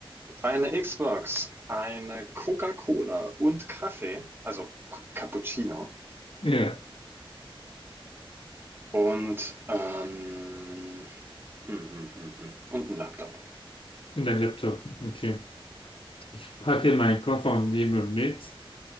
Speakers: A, on the right; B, on the left.
A: Eine Xbox, eine Coca-Cola und Kaffee, also K Cappuccino
B: ja.
A: und, ähm, hm, hm, hm, hm. Und ein Laptop.
B: Und ein Laptop. Okay. Ich packe meinen Koffer und nehme mit.